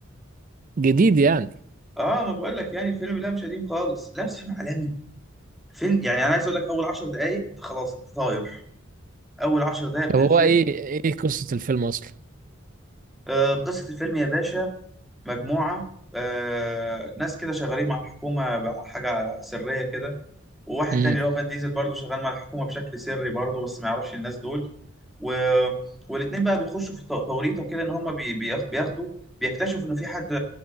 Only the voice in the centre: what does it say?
اه ما بقول لك يعني الفيلم لا مش قديم خالص لا بس فيلم عالمي فيلم يعني انا عايز اقول لك اول 10 دقائق انت خلاص انت طاير اول 10 دقائق من
الفيلم
آه، قصة الفيلم يا باشا مجموعة آه، ناس كده شغالين مع الحكومة بحاجة سرية كده وواحد
تاني اللي هو فان ديزل برضه شغال مع الحكومة بشكل سري برضه بس ما يعرفش الناس دول و... والاتنين بقى بيخشوا في تو- توريطة كده إن هما بي... بياخ- بياخدوا بيكتشفوا إن في حد